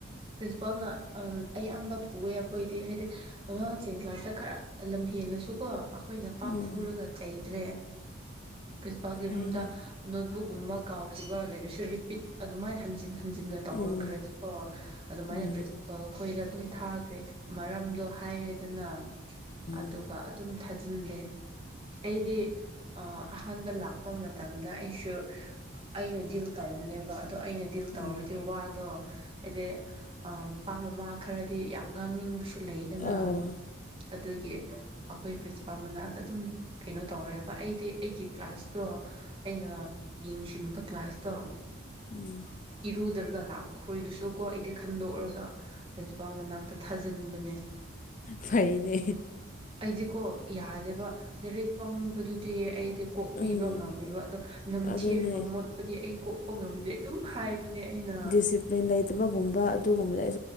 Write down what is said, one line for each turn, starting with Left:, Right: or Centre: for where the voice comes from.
Right: ꯄ꯭ꯔꯤꯟꯁꯤꯄꯥꯜꯅ ꯑꯥ ꯑꯌꯥꯝꯕ ꯄꯨꯑꯦ ꯑꯈꯣꯏꯗꯤ ꯍꯥꯏꯗꯤ ꯑꯉꯥꯡꯁꯤꯡ ꯀ꯭ꯂꯥꯁꯇ ꯈꯔ ꯂꯝ ꯍꯦꯜꯂꯁꯨꯀꯣ ꯈꯣꯏꯅ ꯄꯥꯛ
Left: ꯎꯝ
Right: ꯐꯨꯔꯥꯒ ꯆꯩꯗ꯭ꯔꯦ ꯄ꯭ꯔꯤꯟꯁꯤꯄꯥꯜꯒꯤ
Left: ꯐꯩꯌꯦ
Right: ꯔꯨꯝꯗ ꯅꯣꯠꯕꯨꯛꯒꯨꯝꯕ ꯀꯥꯎꯈꯤꯕ ꯂꯩꯥꯔꯥꯁꯨ ꯔꯤꯄꯤꯠ ꯑꯗꯨꯃꯥꯏꯅ ꯍꯟꯖꯤꯟ ꯍꯟꯖꯤꯟꯅ ꯇꯧꯔꯛꯈ꯭ꯔꯗꯤꯀꯣ
Left: ꯎꯝ
Right: ꯑꯗꯨꯃꯥꯏꯅ
Left: ꯎꯝ
Right: ꯄ꯭ꯔꯤꯟꯁꯤꯄꯜ ꯈꯣꯏ ꯑꯗꯨꯝ ꯊꯥꯒ꯭ꯔꯦ ꯃꯔꯝꯗꯣ ꯍꯥꯏꯔꯦꯗꯅ
Left: ꯎꯝ
Right: ꯑꯗꯨꯒ ꯑꯗꯨꯝ ꯊꯥꯖꯤꯜꯂꯦ ꯑꯩꯗꯤ ꯑꯥ ꯑꯍꯥꯟꯕ ꯂꯥꯛꯄ ꯃꯇꯝꯗ ꯑꯩꯁꯨ ꯑꯩꯅ ꯗꯤꯜ ꯇꯧꯕꯅꯦꯕ ꯑꯗꯣ ꯑꯩꯅ ꯗꯤꯜ ꯇꯧꯔꯣꯏꯗꯤ
Left: ꯎꯝ
Right: ꯋꯥꯗꯣ ꯍꯥꯏꯗꯤ ꯑꯥ ꯃꯄꯥ ꯃꯃꯥ ꯈꯔꯗꯤ ꯌꯥꯝ ꯉꯥꯡꯅꯤꯡꯕꯁꯨ ꯂꯩꯗꯅ
Left: ꯑꯥ
Right: ꯑꯗꯨꯒꯤ ꯑꯈꯣꯏ ꯄ꯭ꯔꯤꯟꯁꯤꯄꯥꯜ ꯃꯅꯥꯛꯇ ꯑꯗꯨꯝ ꯀꯩꯅꯣ ꯇꯧꯔꯦꯕ ꯑꯩꯗꯤ ꯑꯩꯒꯤ ꯀ꯭ꯂꯥꯁꯇꯣ ꯑꯩꯅ ꯌꯦꯡꯁꯤꯟꯕ ꯀ꯭ꯂꯥꯁꯇꯣ
Left: ꯎꯝ
Right: ꯏꯔꯨꯗ꯭ꯔꯥꯒ ꯂꯥꯛꯄꯈꯣꯏꯗꯨꯁꯨ ꯀꯣ ꯑꯩꯗꯤ ꯈꯟꯗꯣꯛꯔꯒ ꯄ꯭ꯔꯤꯟꯁꯤꯄꯥꯜ ꯃꯅꯥꯛꯇ ꯊꯥꯖꯤꯟꯕꯅꯦ
Left: ꯐꯩꯅꯦ
Right: ꯑꯩꯗꯤꯀꯣ ꯌꯥꯗꯦꯕ ꯂꯥꯏꯔꯤꯛ ꯄꯪꯕꯗꯨꯗꯤ ꯑꯩ ꯀꯣꯛꯄꯤꯕ
Left: ꯎꯝ
Right: ꯉꯝꯃꯦꯕ ꯑꯗꯣ ꯅꯝꯊꯤꯔꯒ
Left: ꯑꯗꯨꯅꯦ
Right: ꯃꯣꯠꯄꯗꯤ ꯑꯩ ꯀꯣꯛꯄ ꯉꯝꯗꯦ ꯑꯗꯨꯝ ꯍꯥꯏꯕꯅꯦ ꯑꯩꯅ
Left: ꯗꯤꯖꯤꯄꯔꯤꯟ ꯂꯩ ꯒꯨꯝꯕ ꯑꯗꯨꯒꯨꯝꯕꯗꯤ